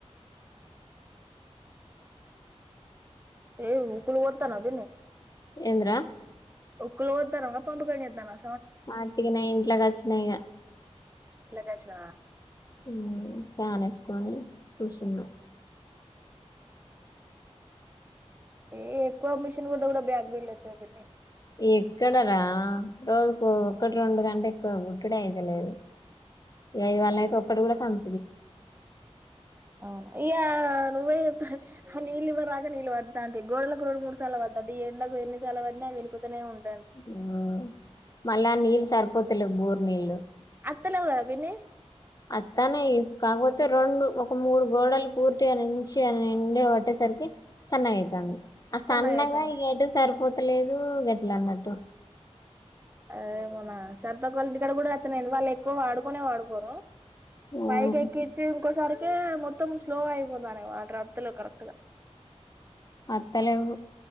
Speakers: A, on the right (about 20°); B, on the left (about 35°).
A: ఏ ఇప్పులు కొడుతునవ్ పిన్నీ
B: ఏంద్రా
A: ఒక కొడుతునవ పనులు పై చేస్తానవ
B: అటికి న ఇంట్లోకి వచ్చినాయిక
A: ఇంట్లో కొచ్చినవా
B: ఉమ్మ్ ఫ్యాన్ వేసుకొని కూర్చున్నా
A: ఏ ఎక్కువ మిషన్ కుట్టిన కూడా బ్యాక్ పెయిన్ అయితే పిన్ని
B: ఎక్కడరా రోజుకో ఒకటి రెండు గంట ఎక్కువ గుట్టుడు అయితలేదు ఆ ఇవాళ అయితే ఒక్కడు కూడా కమ్
A: అవును ఇయా నువ్వే చెప్ా ఆీళ్ళ ఇవ్వ రాగా నీళ్ు పడా అ గోడలకు రెండు మూడు సార్లు పడుద్ది ఈ ఎండకు ఎన్ని సార్లు పడినా అవి వినుకకుతనే ఉంటాంది
B: ఆ మళ్ళా నీల్ సర్పు పోతలేవ్ బోర్ నీలు
A: వతలేవ్ కదా పిన్ని
B: అత్తనే ఇకాగపోతే రెండు ఒక మూడు గోడలు పూర్తిగా నుంచుకొని ష నిండి కొట్టేసరికి సన్నగ్ అయితనయి ఆ
A: సన్నగయితాంది
B: సన్నగా ఎడ్ సరిపోతు ఎట్టలేదు గట్లా అన్నట్టు
A: అ మొన్న సరతక్క వాళ్ళ ఇంటికాడ కూడా వస్తలే వాళ్ళ ఎక్కువ వాడుకునే వాడుకోరు
B: ఉమ్
A: పైకి ఎక్కించిి ఇంకోసారి కే మొత్తం స్లో అయిపోతున్నాయి వాటర్ వస్తలేవు కరెక్టుగా
B: అత్తలేవ్